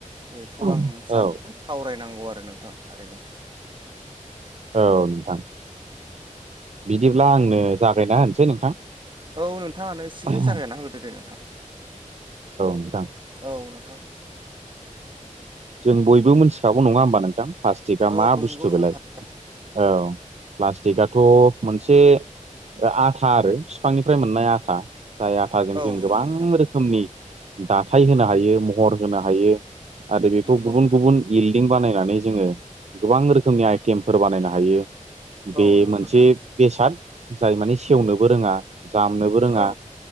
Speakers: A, on the right (about 35°); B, on the right (about 55°).
A: बेखौ
B: औ
A: आं सानो सावरायनां गौ आरो नोंथां थारैनो।
B: औ नोंथां बिदिब्ला आंनो जागायना होनोसै नोंथां।
A: औ नोंथाङानो एसे
B: औ
A: जागायनानै होग्रोदो दे नोंथां
B: नोंथां
A: औ। थां।
B: जों बयबो मिथिखागौ नङा होमबा नोंथां प्लास्टिकआ
A: औ
B: मा
A: नंगौ
B: बुस्थु
A: नोंथां
B: बेलाय। औ प्लास्टिकआथ' मोनसे आथा आरो बिफांनिफ्राय मोननाय आथा। जाय आथाजों
A: औ
B: जों गोबां
A: नंगौ नोंथां
B: रोखोमनि दा थाय होनो हायो महर होनो हायो आरो बेखौ
A: नंगौ
B: गुबुन
A: नोंथां
B: गुबुन बिल्डिं बानायनानै जोङो गोबां रोखोमनि आइथेमफोर बानायनो हायो।
A: औ
B: बे
A: नंगौ
B: मोनसे
A: नोंथां
B: बेसाद जाय माने सेवनोबो रोङा। जामनोबो रोङा
A: औ